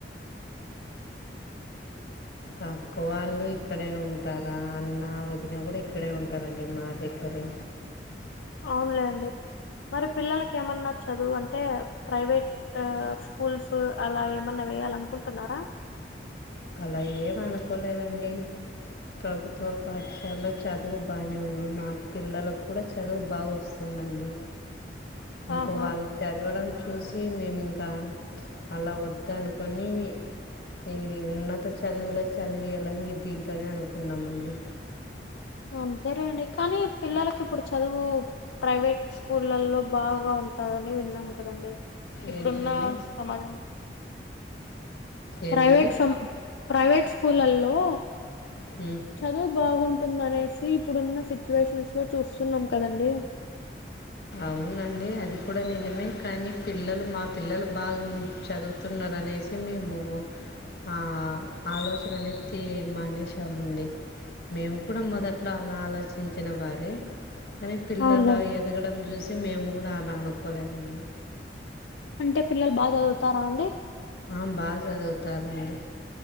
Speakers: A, on the left; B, on the left.
A: తక్కువ అండి ఇక్కడే ఉంటారా అన్న వదిన కూడా ఇక్కడే ఉంటారు అండి మా దగ్గరే
B: అవునులే అండి మరి పిల్లలకి ఏమన్నా చదువు అంటే ప్రైవేట్ ఆ స్కూల్స్ అలా ఏమన్నా వేయ్యాల అనుకుంటున్నారా
A: అలా ఏం అనుకోలేదండి ప్రభుత్వ పాఠశాలలో చదువు బానే ఉంది మా పిల్లలకు కూడా చదువు బా వస్తుం దండి ఇంకా
B: ఆహా
A: వాళ్ళు చదవడం చూసి మేమింకా అలా వద్ద అనుకని ఇది ఉన్నత చదువులే చదివీయాలని దీంట్లోనే అనుకున్నామండి
B: అంతేలేండి కానీ పిల్లలకి ఇప్పుడు చదువు ప్రైవేట్ స్కూళ్ళలో బాగా ఉంటందని విన్నాం కదండి ఇప్పుడున్న
A: ఏంటండి
B: సమాజం ప్రైవేట్
A: ఏమండి
B: సం ప్రైవేట్ స్కూలల్లో
A: హ
B: చదువు బాగుంటుంది అనేసి ఇప్పుడున్న సిచ్యువేషన్స్ లో చూస్తున్నాం కదండి
A: అవునండి అది కూడా నిజమే కానీ పిల్లలు మా పిల్లలు బాగుం చదువుతున్నరనేసి మేము ఆ ఆలోచన <unintelligible> మానేసామండి మేము కూడా మొదట్లో అలా ఆలోచించిన వారే కానీ పిల్లల
B: అవునులే
A: ఏద ఎదగడం చూసి మేము కూడా అలా అనుకోలేదండి
B: అంటే పిల్లలు బాగా చదువుతారా అండి
A: ఆ బాగా చదువుతారండి